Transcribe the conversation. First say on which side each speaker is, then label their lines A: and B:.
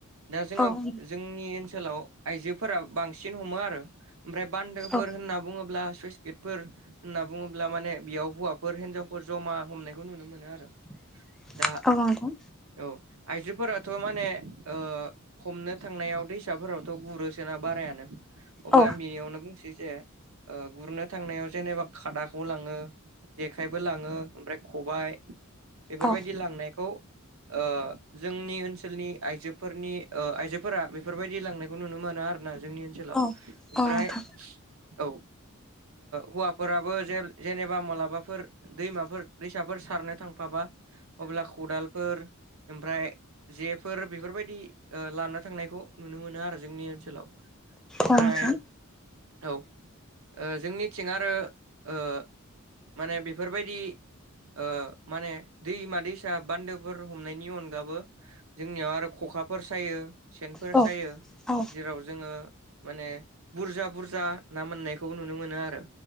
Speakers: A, on the right (about 75°); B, in the centre.
A: दा जोङो
B: औ
A: जोंनि ओनसोलाव आइजोफोरा बांसिन हमो आरो। ओमफ्राय बान्दोफोर
B: औ
A: होनना बुङोब्ला सुइस गेट फोर होनना बुङोब्ला माने बेयाव हौवाफोर हिन्जावफोर जमा हमनायखौ नुनो मोनो आरो।
B: <inaudible>
A: दा
B: नोंथां
A: औ आइजोफोरा थ' माने ओ हमनो थांनायाव दैसाफोरावथ' गुरोसोना बारायानो थ अब्ला
B: औ
A: आं बेनियावनो बुंसै जे ओ गुरनो थांनायाव जेनेबा खादाखौ लाङो। जेखाइबो लाङो ओमफ्राय खबाइ बेफोरबायदि
B: औ
A: लांनायखौ ओ जोंनि ओनसो सोलनि आइजोफोरनि ओ आइजोफोरा बेफोरबायदि लांनायखौ नुनो मोनो आरो ना जोंनि ओनसोलाव
B: औ औ
A: ओमफ्राय
B: नोंथां
A: औ ओ हौवाफोराबो जे जेनेबा मलाबाफोर दैमाफोर दैसाफोर सारनो थांफाबा अब्ला खदालफोर ओमफ्राय जेफोर बेफोरबायदि ओ लानो थांनायखौ नुनो मोनो आरो जोंनि ओनसोलाव। ओमफ्राय
B: औ नोंथां
A: औ ओ जोंनिथिं आरो ओ माने बेफोरबायदि ओ माने दैमा दैसा बान्दोफोर हमनायनि अनगाबो जोंनियाव आरो खखाफोर सायो सेनफोर
B: औ
A: सायो
B: औ
A: जेराव जोङो माने बुरजा बुरजा ना मोननायखौ नुनो मोनो आरो।